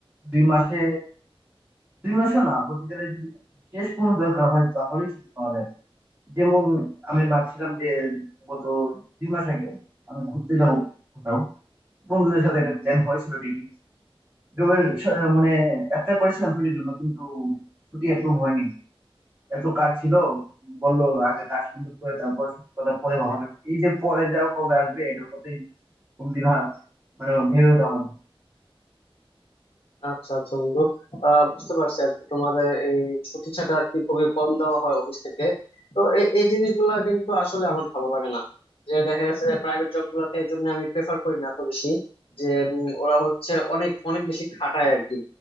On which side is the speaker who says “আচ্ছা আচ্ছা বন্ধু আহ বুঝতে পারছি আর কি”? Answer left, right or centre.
Left